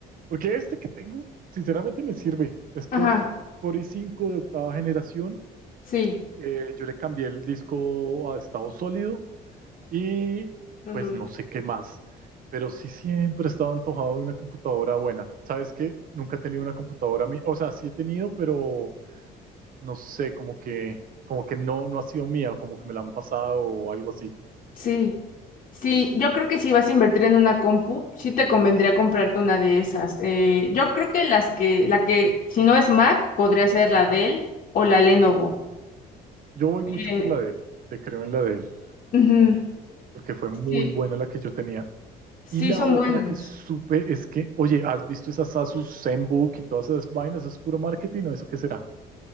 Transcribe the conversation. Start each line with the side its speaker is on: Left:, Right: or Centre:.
Right: Porque este que tengo, sinceramente me sirve. Es co-
Left: ajá,
Right: Core i5 de octava generación.
Left: sí.
Right: Eh, yo le cambié el disco a estado sólido y
Left: ujú.
Right: pues no sé qué más. Pero sí siempre he estado antojado de una computadora buena. ¿Sabes qué? Nunca he tenido una computadora mía. O sea, sí he tenido, pero no sé, como que, como que no, no ha sido mía, como que me la han pasado o algo así.
Left: Sí, sí, yo creo que si vas a invertir en una compu, sí te convendría comprarte una de esas. Eh, yo creo que las que, la que, si no es Mac, podría ser la Dell o la Lenovo.
Right: Yo voy
Left: Eh,
Right: mucho por la de él, te creo en la de él,
Left: ujú,
Right: porque fue muy
Left: Sí,
Right: buena la que yo tenía
Left: sí
Right: Y la
Left: son
Right: otra
Left: buenas.
Right: que supe es que, oye, ¿has visto esas Asus ZenBook y todas esas vainas? ¿Eso es puro marketing o eso qué será?